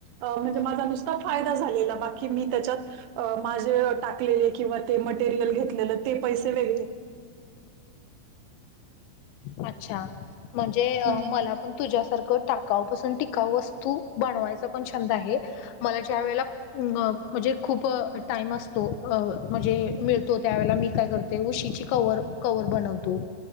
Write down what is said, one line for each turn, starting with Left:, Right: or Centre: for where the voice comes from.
Right: अ म्हणजे माझा नुसता फायदा झालेला बाकी मी त्याच्यात माझे. टाकले किंवा ते मटेरियल घेतलेलं ते पैसे वेगळे.
Left: अच्छा म्हणजे
Right: हम्म
Left: मला. पण तुझ्यासारखं टाकावपासून टिकाऊ वस्तू बनवायचा पण छंद आहे. मला ज्या वेळेला. अ म्हणजे खूप टाइम असतो म्हणजे मिळतो त्यावेेळेला मी काय करतो. ते उशीची क क बनवतो